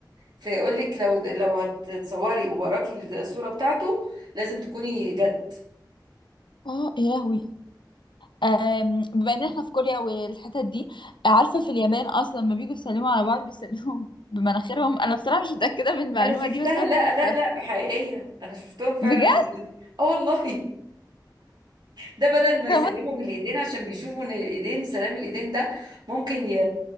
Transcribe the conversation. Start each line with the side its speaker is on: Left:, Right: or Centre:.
Right: فيقول لك لو لو هتتصوري ووراكي الصورة بتاعته لازم تكوني جد
Left: آه، يا لهوي آمم، بما إن إحنا في كوريا والحتت دي، عارفة في اليابان أصلًا لمّا بييجوا يسلموا على بعض بيسلموا <laughs> بمناخيرهم، أنا بصراحة مش متأكدة من المعلومة
Right: انا شفتها
Left: دي بس أنا
Right: لا لا
Left: كنت
Right: لا حقيقية انا شفتهم فعلا
Left: بجد
Right: بيقولوا اه والله ده بدل ما
Left: والله!
Right: يسلموا بالايدين عشان بيشوفوا ان الايدين سلام الايدين ده ممكن ي...